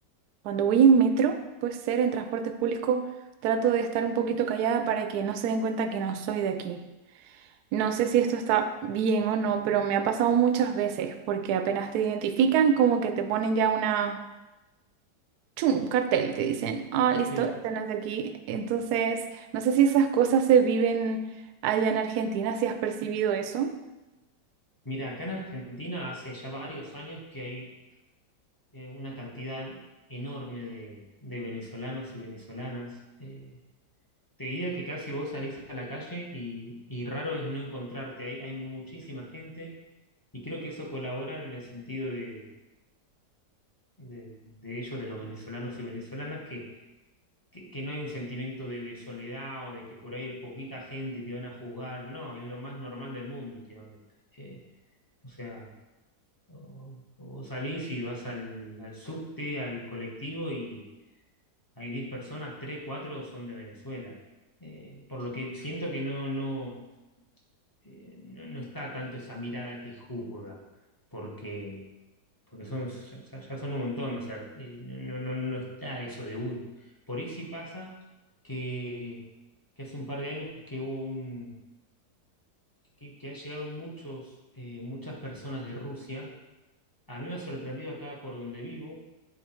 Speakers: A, on the right; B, on the left.
A: Cuando voy en metro, puede ser en transporte público, trato de estar un poquito callada para que no se den cuenta que no soy de aquí. No sé si esto está bien o no, pero me ha pasado muchas veces porque apenas te identifican, como que te ponen ya una, chum, un cartel, te dicen, ah, listo,
B: sí.
A: este no es de aquí. Entonces, no sé si esas cosas se viven allá en Argentina, si has percibido eso.
B: Mira, acá en Argentina hace ya varios años que hay eh, una cantidad enorme de, de venezolanos y venezolanas. Eh, te diría que casi vos salís a la calle y, y raro es no encontrarte. Hay, hay muchísima gente y creo que eso colabora en el sentido de, de- de ellos, de los venezolanos y venezolanas, que, que, que no hay un sentimiento de, de soledad o de que por ahí poquita gente y te van a juzgar. No, es lo más normal del mundo últimamente. Eh, o sea... O, o vos salís y vas al, al subte, al colectivo y hay 10 personas, 3 4 son de Venezuela. Eh, por lo que siento que no, no, eh, no, no está tanto esa mirada que juzga, porque, porque son, ya, ya- ya son un montón, o sea, eh, no, no, no no está eso de uy. Por ahí sí pasa que, que hace un par de años que hubo un, que, que han llegado muchos, eh, muchas personas de Rusia. A mí me ha sorprendido acá por donde vivo